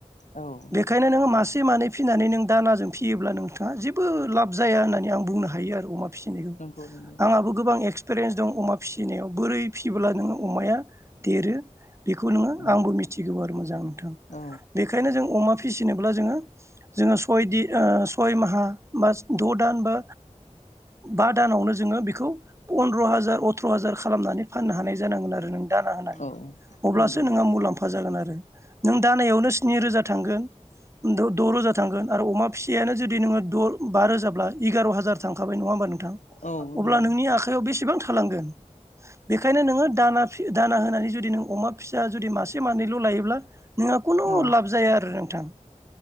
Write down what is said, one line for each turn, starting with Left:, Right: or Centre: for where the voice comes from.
Left: औ
Right: बेखायनो नोङो मासे मानै फिसिनानै नों दानाजों फियोब्ला नोंथाङा जेबो लाब जाया होननानै आं बुंनो हा यो आरो अमा फिसिनायखौ
Left: नंगौ नंगौ
Right: आंहाबो गोबां इक्सफिरेन्स दं अमा फिसिनायाव बोरै फिसियोब्ला नोङो अमाया देरो बेखौ नोङो आंबो
Left: औ
Right: मिथिगौ आरो मोजां नोंथां
Left: औ
Right: बेखायनो जों अमा फिसिनोब्ला जोङो जोङो सय दिन सय माहा बा द' दान बा बा दानावनो जोङो बेखौ पन्द्र' हाजार अथ्र' हाजार खालामनानै फाननो हानाय जानांगोन आरो नों दाना होनानै
Left: औ
Right: अब्लासो
Left: नंगौ
Right: नोंहा मुलाम्फा जागोन आरो नों दानायावनो स्नि रोजा थांगोन द-द' रोजा थांगोन आरो अमा फिसियानो जुदि नोङो द' बा रोजाब्ला एगार' हाजार थांखाब नङा होमबा नों
Left: औ
Right: अब्ला
Left: नंगौ
Right: नोंनि आखाइ आखायाव बेसेबां थालांगोन बेनिखायनो नोङो दाना दाना होनानै जुदि अमा फि फिसा जुदि मासे मानैल' लायोब्ला नोंहा खुनु
Left: औ
Right: लाब जाया आरो नोंथां